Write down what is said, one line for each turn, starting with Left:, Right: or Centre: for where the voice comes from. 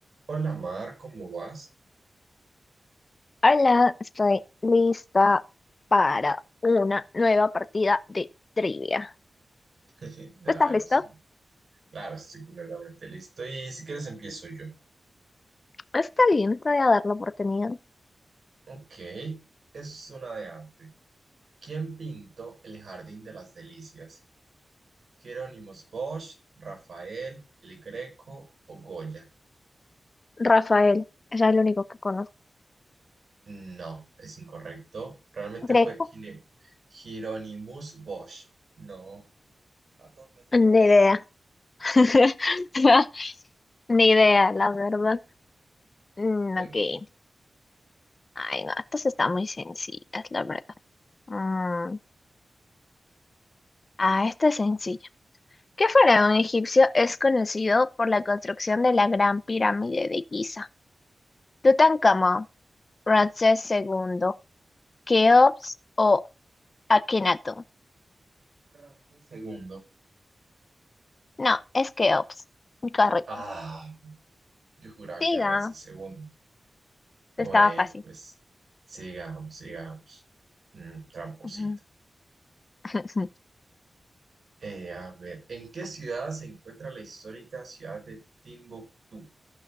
Right: Hola Mar, ¿cómo vas?
Left: Hola, estoy lista para una nueva partida de trivia.
Right: <laughs> Claro,
Left: ¿Tú estás listo?
Right: es un- claro, estoy completamente listo. Y si quieres empiezo yo.
Left: Está bien, te voy a dar la oportunidad.
Right: Ok, es una de arte. ¿Quién pintó el Jardín de las Delicias? ¿Jerónimos Bosch, Rafael, El Greco o Goya?
Left: Rafael, es el único que conozco.
Right: No, es incorrecto. Realmente
Left: Greco,
Right: fue Gine- Hieronymus Bosch. No. A dos veces
Left: ni
Right: falla.
Left: idea. <laughs> Ni idea, la verdad. Mm,
Right: Ok.
Left: ok. Ay, no, estas están muy sencillas, la verdad. Mm, ah, esta es sencilla. ¿Qué faraón egipcio es conocido por la construcción de la Gran Pirámide de Giza? Tutankamón, Ramsés II, Keops o Akenaton.
Right: Ramsés segundo.
Left: No, es Keops. Correcto.
Right: Ah, yo juraba
Left: Siga,
Right: que era Ramsés segundo. Bueno,
Left: estaba fácil.
Right: pues sigamos, sigamos. Mm, tramposito.
Left: Ujú. <laughs>
Right: Eh, a ver, ¿en qué ciudad se encuentra la histórica ciudad de Timbuktu?